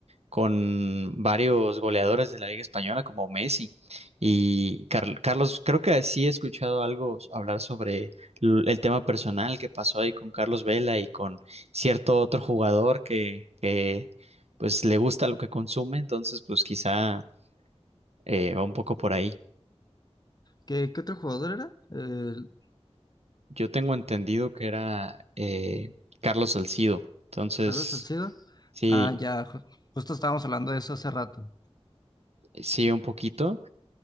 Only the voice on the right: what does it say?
con varios goleadores de la Liga Española como Messi. Y Carl- Carlos, creo que sí he escuchado algo s- hablar sobre l- el tema personal que pasó ahí con Carlos Vela y con cierto otro jugador que, que pues le gusta lo que consume, entonces pues quizá... Eh, va un poco por ahí.
Yo tengo entendido que era eh, Carlos Salcido. Entonces,
sí,
sí, un poquito.